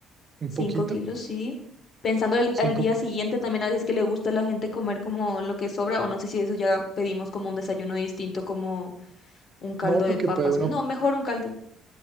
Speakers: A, on the right; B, on the left.
A: un
B: Cinco
A: poquito,
B: kilos, sí. Pensando el-
A: 5,
B: al día siguiente también a veces que le gusta a la gente comer como lo que sobra, o no sé si eso ya pedimos como un desayuno distinto, como un caldo
A: No, porque
B: de papas.
A: puede uno,
B: No, mejor un caldo.